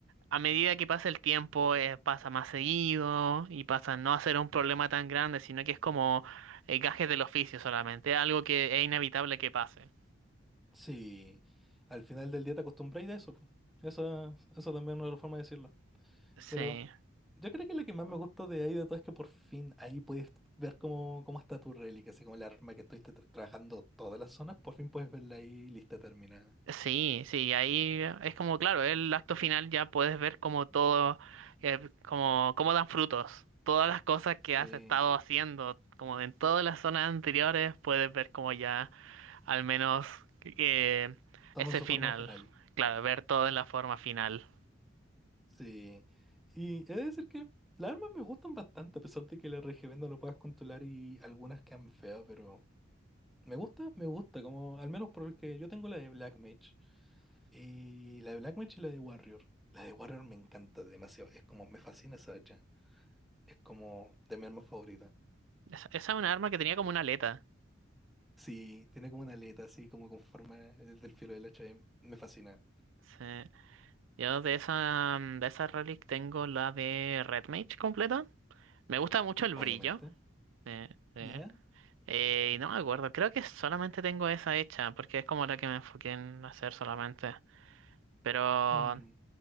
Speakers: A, on the right; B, in the centre.
A: a medida que pasa el tiempo, eh, pasa más seguido y pasa a no a ser un problema tan grande, sino que es como eh, gajes del oficio solamente, algo que es inevitable que pase.
B: <laughs> Sí, al final del día te acostumbras a eso, po. Esa, esa también es una forma de decirlo.
A: Sí,
B: Pero yo creo que lo que más me gustó de ahí de todo es que por fin ahí puedes ver cómo, cómo está tu reliquia, así como el arma que estuviste tra- trabajando todas las zonas, por fin puedes verla ahí lista, terminada.
A: sí, sí, ahí es como, claro, el acto final ya puedes ver como todo, eh, como, cómo dan frutos, todas las cosas que
B: Sí,
A: has estado haciendo, como en todas las zonas anteriores, puedes ver como ya al menos eh,
B: toman
A: ese
B: su
A: final,
B: forma final.
A: claro, ver todo en la forma final.
B: Sí. Y he de decir que las armas me gustan bastante, a pesar de que el RGB no lo puedas controlar y algunas quedan feas, pero me gusta, me gusta, como al menos porque yo tengo la de Black Mage y la de Black Mage y la de Warrior. La de Warrior me encanta demasiado, es como me fascina esa hacha. es como de mi arma favorita.
A: Esa, esa es una arma que tenía como una aleta.
B: Sí, tiene como una aleta así como con forma del del filo del hacha. y Me fascina,
A: Sí. Yo de esa, mm, de esa relic tengo la de Red Mage completa. Me gusta mucho el
B: obviamente.
A: brillo. Sí, sí.
B: ¿Ya?
A: Eh, y no me acuerdo, creo que solamente tengo esa hecha, porque es como la que me enfoqué en hacer solamente. Pero
B: Mm,